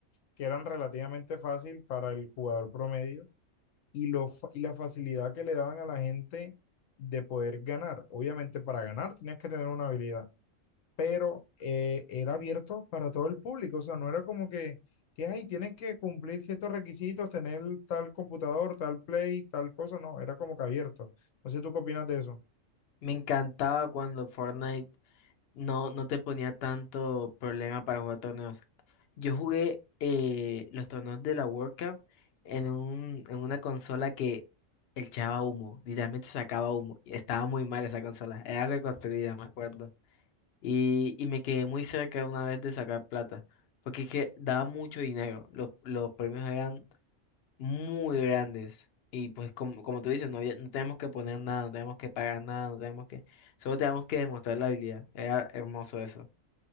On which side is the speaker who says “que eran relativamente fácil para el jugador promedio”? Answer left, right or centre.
Left